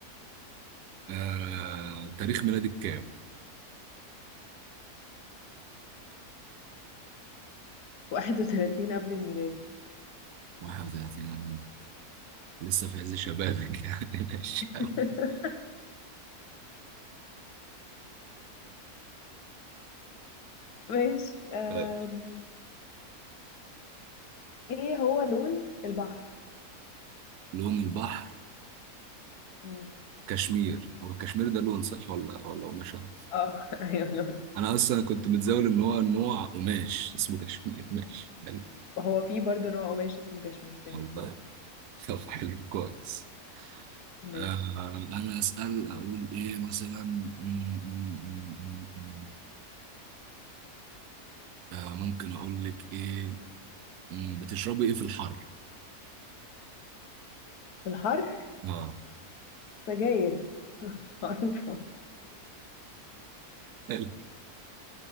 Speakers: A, on the right (about 80°); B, on the left (about 80°).
A: آه، تاريخ ميلادك كام؟
B: واحد وتلاتين قبل الميلاد
A: 31 أنا لسه في عز شبابك <laughs> يعني ماشي
B: <laughs> ماشي آم،
A: طيب
B: ايه هو لون البحر
A: لون البحر
B: مم.
A: كشمير هو كشمير ده لون صح ولا ولا قماشة؟
B: اه <laughs> ايوه لون
A: أنا أصلا كنت متزاول إن هو نوع قماش اسمه كشمير ماشي حلو
B: وهو في برضه نوع قماش اسمه كشمير الاثنين
A: والله طب حلو كويس
B: ماشي
A: آه، أنا أسأل أقول إيه مثلا م- م- م- م- م- آه، ممكن أقول لك إيه مم، بتشربي ايه في الحر
B: الحر
A: اه
B: سجاير <laughs> معروفة
A: حلو.